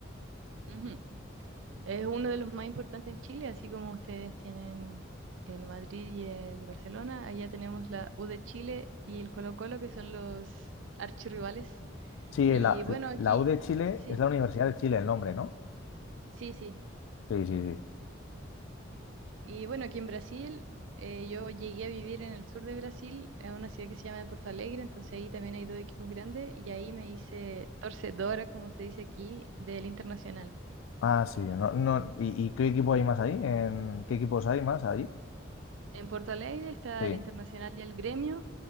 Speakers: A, on the right; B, on the left.
A: Ujú. Es uno de los más importantes en Chile, así como ustedes tienen el Madrid y el Barcelona, allá tenemos la U de Chile y el Colo-Colo que son los archirrivales.
B: Sí,
A: Y
B: la,
A: bueno, aquí
B: la U de Chile
A: sí,
B: es la Universidad de Chile el nombre, ¿no?
A: sí, sí.
B: Sí, sí, sí.
A: Y bueno, aquí en Brasil, eh, yo llegué a vivir en el sur de Brasil, en una ciudad que se llama Porto Alegre, entonces ahí también hay dos equipos grandes y ahí me hice torcedora, como se dice aquí, del Internacional.
B: Ah, sí. No, no, ¿y, y qué equipo hay más ahí? ¿En qué equipos hay más allí?
A: En Porto Alegre está
B: Sí.
A: el Internacional y el Gremio,